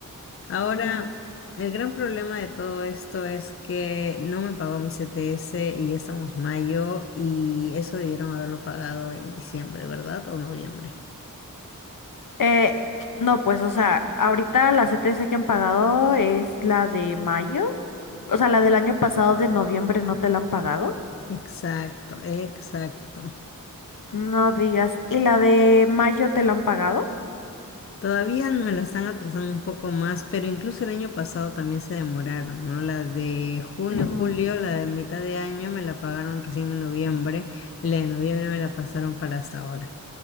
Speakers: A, on the left; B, on the left.
A: Ahora,
B: mm.
A: el gran problema de todo esto es que no me pagó mi CTS y ya estamos mayo y eso debieron haberlo pagado en diciembre, ¿verdad? O noviembre.
B: Eh, qu- no, pues, o sea, ahorita la CTS que han pagado es la de mayo. O sea, la del año pasado de noviembre no te la han pagado.
A: Exacto, exacto.
B: No digas. ¿Y la de mayo te la han pagado?
A: Todavía me la están atrasando un poco más, pero incluso el año pasado también se demoraron, ¿no? La de junio,
B: Ujú.
A: julio, la de mitad de año me la pagaron recién en noviembre y la de noviembre me la pasaron para hasta ahora.